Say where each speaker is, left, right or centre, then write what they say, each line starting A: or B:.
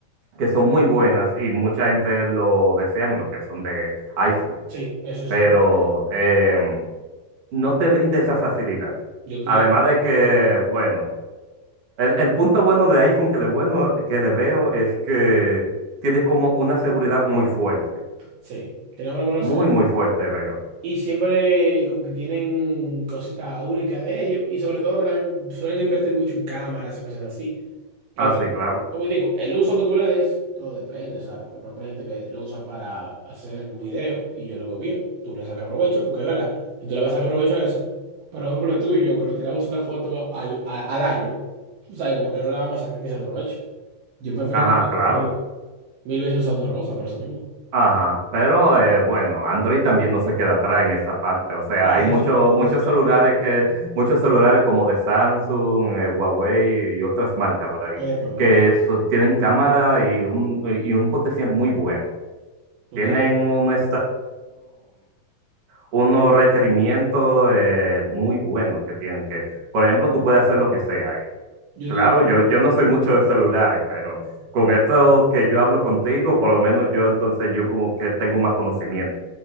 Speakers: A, on the right (about 45°); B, on the right (about 70°).
A: que son muy buenas y mucha gente lo desean, lo que son de iPhone,
B: sí, eso es
A: pero
B: cierto.
A: em, no te brinda esa facilidad.
B: Yo te
A: Además de que, bueno. El, el punto bueno de iPhone que le, bueno, que le veo es que tiene como una seguridad muy fuerte.
B: Sí, tenemos la buena
A: Muy,
B: seguridad.
A: muy fuerte veo.
B: Y siempre como que tienen cositas únicas de ellos. Y sobre todo que también suelen invertir mucho en cámaras y cosas así. Que,
A: Ah, sí, claro.
B: como digo, el uso que tú le des, todo depende, ¿sabes? Porque por ejemplo hay gente que lo usa para hacer un video y yo lo veo bien. Tú le sacas provecho, porque es verdad. Y tú le vas a sacar provecho a eso. Pero por ejemplo tú y yo, que nos tiramos una foto al, a- al año, tú sabes, como que no la vamos a sacar quizá el provecho. Yo prefiero
A: Ajá,
B: mil,
A: claro.
B: veces, mil veces usar otra cosa, por eso mismo.
A: Ajá. Pero eh, bueno, Android también no se queda atrás en esa parte. O sea,
B: No,
A: hay
B: Samsung,
A: muchos muchos
B: Samsung tiene
A: celulares
B: buena
A: que,
B: cámara.
A: muchos celulares como de Samsung, eh, Huawei y otras marcas, ¿verdad?
B: Eh, bueno,
A: Que so- tienen cámara y un, y un potencial muy bueno.
B: tú
A: Tienen
B: también.
A: una, unos requerimientos eh, muy buenos que tienen que, por ejemplo, tú puedes hacer lo que sea ahí.
B: Yo
A: Claro,
B: te tengo-
A: yo, yo no soy mucho de celulares, pero con esto que yo hablo contigo, por lo menos yo entonces yo como que tengo más conocimiento.